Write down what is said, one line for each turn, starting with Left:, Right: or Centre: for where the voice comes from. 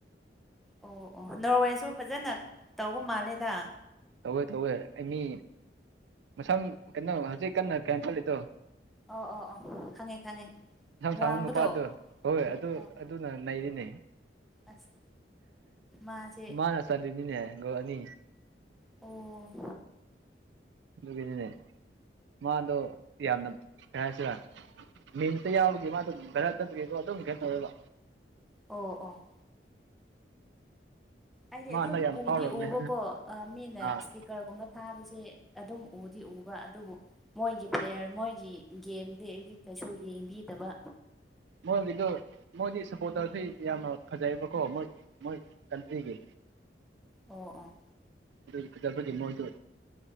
Centre: ꯑꯣ ꯑꯣ ꯅꯣꯔꯋꯦꯁꯨ ꯐꯖꯅ ꯇꯧꯕ ꯃꯥꯜꯂꯦꯗ
Right: ꯇꯧꯋꯦ ꯇꯧꯋꯦ ꯑꯩ ꯃꯤ ꯃꯁꯝ ꯀꯩꯅꯣ ꯍꯧꯖꯤꯛ ꯀꯟꯅ ꯀꯩꯅꯣ ꯆꯠꯂꯤꯗꯣ
Centre: ꯑꯣ ꯑꯣ ꯑꯣ ꯈꯪꯉꯦ ꯈꯪꯉꯦ
Right: ꯃꯁꯝ ꯁꯥꯡꯕ
Centre: ꯋꯥꯡꯕꯗꯣ
Right: ꯅꯨꯄꯥꯗꯣ ꯍꯣꯏ ꯑꯗꯨ
Centre: ꯑꯣ
Right: ꯑꯗꯨꯅ ꯅꯩꯔꯤꯅꯦ
Centre: ꯑꯁ ꯃꯥꯁꯦ
Right: ꯃꯥꯅ__ ꯆꯜꯂꯤꯅꯤꯅꯦ ꯒꯣꯜ ꯑꯅꯤ
Centre: ꯑꯣ
Right: ꯑꯗꯨꯒꯤꯅꯤꯅꯦ ꯃꯥꯗꯣ ꯌꯥꯝꯅ ꯀꯩ ꯍꯥꯏꯁꯤꯔ ꯃꯤꯝꯁꯇꯥ ꯌꯥꯎꯕꯒꯤ ꯃꯥꯗꯨ ꯚꯥꯏꯔꯦꯜ ꯆꯠꯄꯒꯤꯀꯣ ꯑꯗꯨꯝ ꯀꯩꯅꯣ ꯇꯧꯋꯦꯕ
Centre: ꯑꯣ ꯑꯣ ꯑꯩꯗꯤ
Right: ꯃꯥ
Centre: ꯑꯗꯨꯝ
Right: ꯍꯟꯗꯛ ꯌꯥꯝ
Centre: ꯎꯗꯤ
Right: ꯐꯥꯎꯔꯕꯅꯦ
Centre: ꯎꯕꯀꯣ ꯑꯥ ꯃꯤꯅ
Right: ꯑꯥ
Centre: ꯏꯁꯇꯤꯛ ꯀꯔꯒꯨꯝꯕ ꯊꯥꯕꯁꯦ ꯑꯗꯨꯝ ꯎꯗꯤ ꯎꯕ ꯑꯗꯨꯕꯨ ꯃꯣꯏꯒꯤ ꯄ꯭ꯂꯦꯌꯔ ꯃꯣꯏꯒꯤ ꯒꯦꯝꯗꯤ ꯑꯩꯗꯤ ꯀꯩꯁꯨ ꯌꯦꯡꯕꯤꯗꯕ
Right: ꯃꯣꯏꯒꯤꯗꯣ ꯃꯣꯏꯗꯤ ꯁꯞꯄꯣꯔꯠꯇꯔꯁꯤ ꯌꯥꯝꯅ ꯐꯖꯩꯌꯦꯕꯀꯣ ꯃꯣꯏ ꯃꯣꯏ ꯀꯟꯇ꯭ꯔꯤꯒꯤ
Centre: ꯑꯣ ꯑꯣ
Right: ꯑꯗꯨꯒꯤ ꯐꯖꯕꯒꯤ ꯃꯣꯏꯗꯨ